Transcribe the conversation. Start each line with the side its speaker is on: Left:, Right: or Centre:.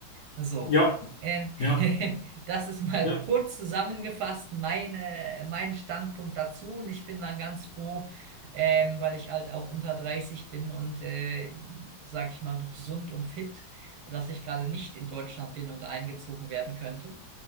Right: So,
Left: Ja,
Right: ähm,
Left: ja,
Right: <laughs> das ist mal
Left: ja.
Right: kurz zusammengefasst meine, mein Standpunkt dazu. Und ich bin dann ganz froh, ähm, weil ich halt auch unter 30 bin und, äh, sag ich mal, gesund und fit, dass ich gerade nicht in Deutschland bin und eingezogen werden könnte.